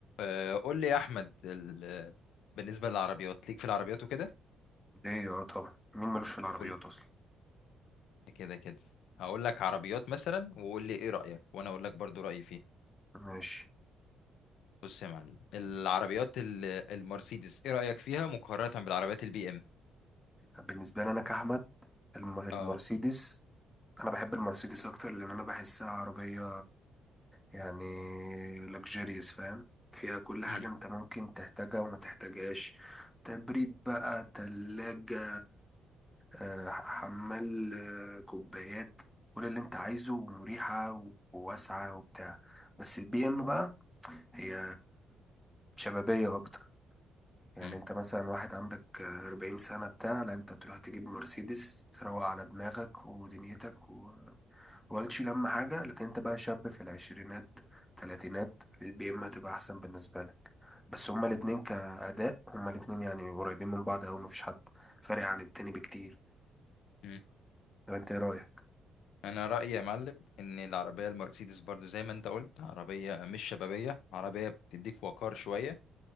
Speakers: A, on the left (about 80°); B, in the centre.
A: آه، قول لي يا احمد ال... بالنسبه للعربيات ليك في العربيات وكده
B: ليه اه طبعا مين ملوش في العربيات
A: قول
B: اصلا
A: كده كده هقول لك عربيات مثلا وقول لي ايه رايك وانا اقول لك برضو رايي فيه
B: ماشي
A: بص يا معلم العربيات ال... المرسيدس ايه رايك فيها مقارنه بالعربيات البي ام
B: بالنسبه لي انا كاحمد الم... المرسيدس
A: اه
B: انا بحب المرسيدس اكتر لان انا بحسها عربيه يعني لكجيريوس فاهم فيها كل حاجه
A: مم.
B: انت ممكن تحتاجها وما تحتاجهاش تبريد بقى تلاجة آه، حمال آه، كوبايات كل اللي انت عايزه ومريحه وواسعه وبتاع بس البي ام بقى هي شبابيه اكتر يعني
A: مم.
B: انت مثلا واحد عندك أربعين سنة بتاع لا انت تروح تجيب مرسيدس تروق على دماغك ودنيتك و... ولا تشيل هم حاجة لكن انت بقى شاب في العشرينات تلاتينات البي ام هتبقى أحسن بالنسبة لك بس هما الاتنين كأداء هما الاتنين يعني قريبين من بعض أوي مفيش حد فارق عن التاني بكتير
A: مم.
B: طب انت ايه رأيك؟
A: انا رايي يا معلم ان العربيه المرسيدس برضو زي ما انت قلت عربيه مش شبابيه عربيه بتديك وقار شويه